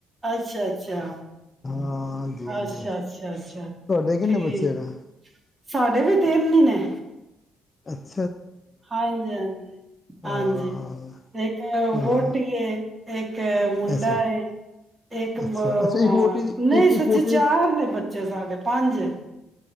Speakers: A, on the right; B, on the left.
A: ਅੱਛਾ, ਅੱਛਾ,
B: ਹਾਂਜੀ ਹਾਂਜੀ
A: ਅੱਛਾ, ਅੱਛਾ, ਅੱਛਾ
B: ਤੁਹਾਡੇ ਕਿੰਨੇ
A: ਠੀਕ
B: ਬੱਚੇ ਨੇ
A: ਸਾਡੇ ਵੀ ਤਿੰਨ ਨੀ ਨੇ।
B: ਅੱਛ
A: ਹਾਂਜੀ-
B: ਹਾਂ
A: ਹਾਂਜੀ-ਹਾਂਜੀ, ਇੱਕ ਵਹੁਟੀ,
B: ਹਾਂ
A: ਇੱਕ ਮੁੰਡਾ,
B: ਅੱਛਾ
A: ਇੱਕ ਨਹੀਂ
B: ਅੱਛਾ ਅੱਛਾ ਇੱਕ ਵੋਟੀ ਦੀ ਇੱਕ ਇੱਕ
A: ਸੱਚ
B: ਵੋਟੀ
A: ਚਾਰ
B: ਦੇ
A: ਨੇ ਬੱਚੇ ਸਾਡੇ, ਪੰਜ।